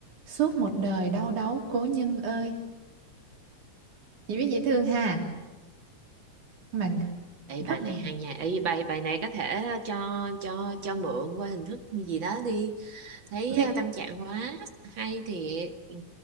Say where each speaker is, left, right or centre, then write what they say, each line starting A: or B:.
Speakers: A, on the right; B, on the right.
A: suốt một đời đau đáu cố nhân ơi. Chị biết dễ thương ha, mà
B: Ê,
A: rất
B: bài này
A: là
B: hay nha Ê, bài bài này có thể cho cho cho mượn qua hình thức gì đó đi thấy
A: viết
B: ờ, tâm trạng quá hay thiệt ừ.